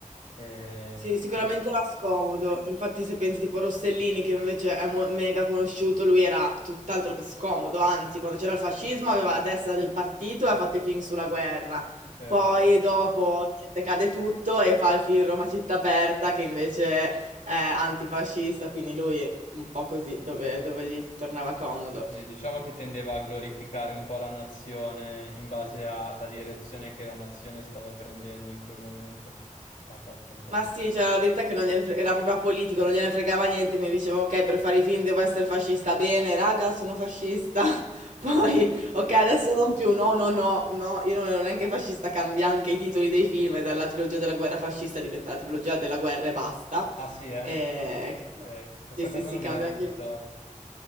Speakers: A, on the left; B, on the right.
A: Ehm,
B: Sì, sicuramente
A: quindi-
B: era scomodo. Infatti, se pensi tipo Rossellini, che invece è mo- mega conosciuto, lui era tutt'altro che scomodo. Anzi, quando c'era il fascismo aveva la testa del partito e ha fatto i film sulla guerra.
A: certo,
B: Poi
A: sì, sì.
B: dopo niente, cade tutto e fa il film Roma città aperta, che invece è antifascista, quindi lui un po' così, dove dove gli tornava comodo.
A: Sì, diciamo che tendeva a glorificare un po' la nazione in base alla direzione che la nazione stava prendendo in quel momento. Ha fatto un po'
B: Ma
A: questo.
B: sì, cioè, la verità è che non gliene fre- era proprio apolitico, non gliene fregava niente, quindi dicevo, ok, per fare i film devo essere fascista, bene, raga, sono fascista. <laughs> Poi,
A: Esatto, sì, sì,
B: ok,
A: sì,
B: adesso
A: sì.
B: non più, no, no, no, no, io non ero neanche fascista, cambia anche i titoli dei film, e dalla trilogia della guerra fascista diventa la trilogia della guerra e basta.
A: Ah sì, eh?
B: E...
A: Ok, questa
B: Sì, sì,
A: cosa
B: sì,
A: non
B: cambia
A: me la ricordavo.
B: anche,